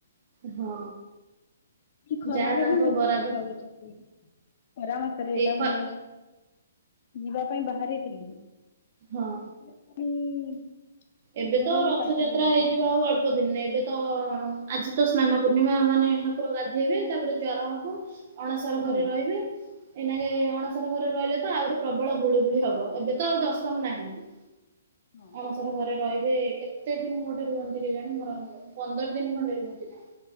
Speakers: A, on the right; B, on the left.
A: ହଁ।
B: ଏଇ ଖରାରେ
A: ଯାହା ତାଙ୍କ
B: ହିଁ ମୁ
A: ବରାଦ
B: ଯିବି ଭାବୁଛି ପୁରୀ। ଖରା ମାସରେ ଏଇଟା
A: ଏଇ ଖ
B: ମୁଁ ଯିବା ପାଇଁ ବାହାରିଥିଲି।
A: ହଁ।
B: <inaudible>
A: ଏବେ
B: ଘରେ
A: ତ
B: ହିଁ
A: ରଥଯାତ୍ରା
B: କାଟିଦେଲେ
A: ହେଇଯିବ
B: କଥା।
A: ଆଉ ଅଳ୍ ପ ଦିନ, ଏବେ ତ ଆଜି ତ ସ୍ନାନ ପୂର୍ଣ୍ଣିମା ମାନେ ଠାକୁର ଗାଧେଇବେ, ତାପରେ ଜ୍ଵର ହବ। ଅଣସର
B: ହୁଁ
A: ଘରେ ରହିବେ ଏଇନାଗେ ଅଣସର ଘରେ ରହିଲେ ତ ଆହୁରି ପ୍ରବଳ ଗୁଳୁଗୁଳି ହବ ଏବେ ତ ଆଉ ଦର୍ଶମ ନାହିଁ। <inaudible>
B: ହଁ।
A: ଅଣସର ଘରେ ରହିବେ କେତେ ଦିନ ଗୋଟେ ରୁହନ୍ତି କି ଜାଣି ମୋର ପନ୍ଦର ଦିନ ଖଣ୍ଡେ ରୁହନ୍ତି ନା